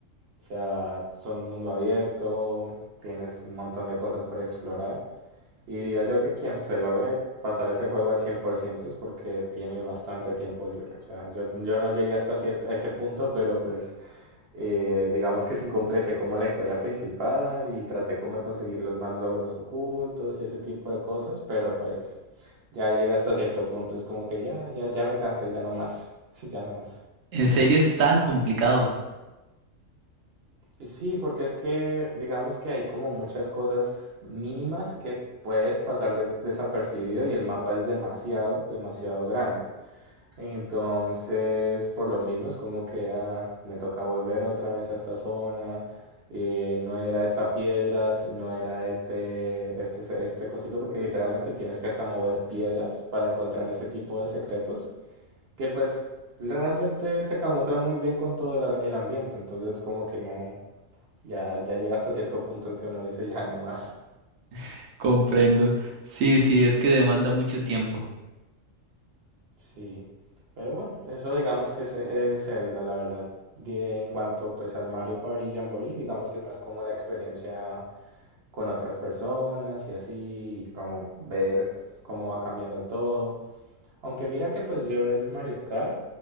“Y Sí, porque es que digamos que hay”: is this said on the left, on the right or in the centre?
Right